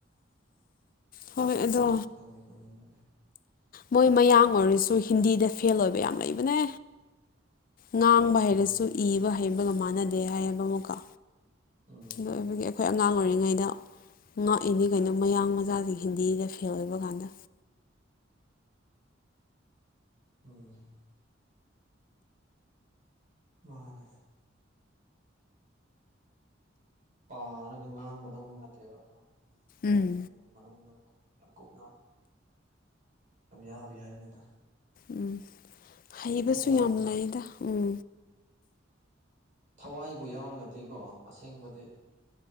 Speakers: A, on the left; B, on the right.
A: ꯍꯣꯏ
B: ꯃꯣꯢꯅꯤꯁꯦ
A: ꯑꯗꯣ
B: ꯈꯪꯗꯤ ꯈꯪꯅꯤꯡꯕꯅꯦ꯫
A: ꯃꯣꯏ ꯃꯌꯥꯡ ꯑꯣꯏꯔꯁꯨ ꯍꯤꯟꯗꯤꯗ ꯐꯦꯜ ꯑꯣꯏꯕ ꯌꯥꯝ ꯂꯩꯕꯅꯦ꯫ ꯉꯥꯡꯕ
B: ꯎꯝ
A: ꯍꯩꯔꯁꯨ ꯏꯕ ꯍꯩꯕꯒ ꯃꯥꯟꯅꯗꯦ ꯍꯥꯏꯌꯦꯕ ꯑꯃꯨꯛꯀ
B: ꯎꯝ
A: ꯗꯨ ꯑꯣꯏꯕꯒꯤ ꯑꯩꯈꯣꯏ ꯑꯉꯥꯡ ꯑꯣꯏꯔꯤꯉꯩꯗ ꯉꯛꯢꯅꯤ ꯀꯩꯅꯣ ꯃꯌꯥꯡ ꯃꯆꯥꯁꯤꯡ ꯍꯤꯟꯗꯤꯗ ꯐꯦꯜ ꯑꯣꯏꯕ ꯀꯥꯟꯗ꯫
B: ꯎꯝ ꯃꯥꯅꯦ ꯄꯥꯔꯒ ꯉꯥꯡꯕꯗꯪ ꯅꯠꯇꯦꯕ ꯀꯣ ꯏꯕ
A: ꯎꯝ
B: ꯑꯗꯨꯝ ꯃꯅꯨꯡꯗꯣ ꯌꯥꯝ ꯀꯨꯞꯅ ꯌꯥꯝ ꯌꯥꯎꯔꯤ ꯍꯥꯏꯕꯅꯤꯗ꯫
A: ꯎꯝ ꯍꯩꯕꯁꯨ
B: ꯅꯠꯇ꯭ꯔꯥ
A: ꯌꯥꯝ ꯂꯩꯗ ꯎꯝ꯫
B: ꯊꯋꯥꯏꯕꯨ ꯌꯥꯎꯔꯒꯗꯤꯀꯣ ꯑꯁꯦꯡꯕꯗꯤ